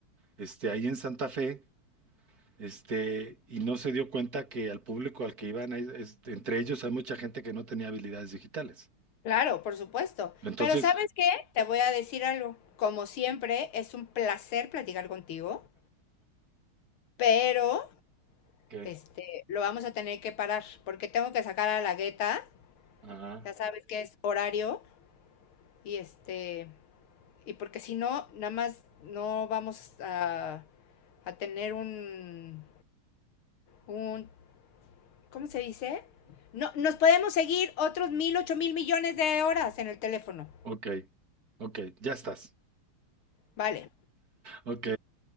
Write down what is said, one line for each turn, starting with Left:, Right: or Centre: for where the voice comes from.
Right: este, ahí en Santa Fe Este, y no se dio cuenta que al público al que iban, hay- es- entre ellos hay mucha gente que no tenía habilidades digitales.
Left: Claro, por supuesto.
Right: Entonces,
Left: Pero ¿sabes qué? Te voy a decir algo. Como siempre, es un placer platicar contigo, pero
Right: ¿Qué?
Left: este, lo vamos a tener que parar porque tengo que sacar a la gueta.
Right: Ajá.
Left: Ya sabes que es horario y este, y porque si no, nada más no vamos a, a tener un, un, ¿cómo se dice? No, nos podemos seguir otros mil, ocho mil millones de horas en el teléfono.
Right: ok, ok, ya estás.
Left: Vale.
Right: Ok,